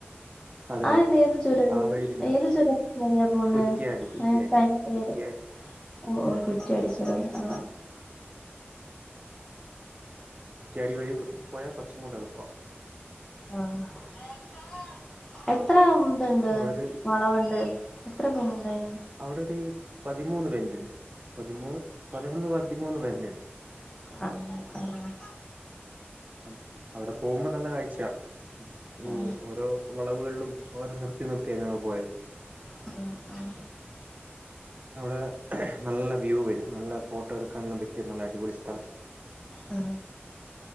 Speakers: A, on the right; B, on the left.
A: അതെ
B: ആതേത്
A: അതെ
B: ഏത് ചുര
A: ആ വഴി തന്നെ
B: ഏത് ചുര വഴിയാ പോകുന്നേ
A: കുറ്റ്യാടി കുറ്റ്യാടി
B: അ അയിന്റെ പേര്
A: കുറ്റ്യാടി
B: ഓ ഓ കുറ്റിയാടി ചുരലേ ആ
A: കുറ്റിയാടി വഴി പോയാ കുറച്ചുകൂടെ എളുപ്പം
B: ആ <unintelligible> എത്ര ഇണ്ട്
A: അവിടെ ഒരു
B: വളവ്ണ്ട് എത്ര <unintelligible>
A: അവിടെ ഒർ പതിമൂന്ന് പെന്റുണ്ട് പതിമൂന്ന് പതിനൊന്ന് പതിമൂന്ന് പെന്റുണ്ട്. <inaudible>
B: ആണല്ലേ ആഹ്
A: മ് അവിടെ പോകുമ്പോ നല്ല കാഴ്ചാ ഈ
B: ആഹ്
A: ഓരോ വളവുകള്ലും ഓരൊ നിർത്തി നിർത്തിയാ ഞങ്ങൾ പോയത്.
B: അതെ ആ
A: അവിടെ നല്ല വ്യൂ വരും നല്ല ഫോട്ടോ എടുക്കാനെല്ലാം പറ്റിയ നല്ല അടിപൊളി സ്ഥലം.
B: ആ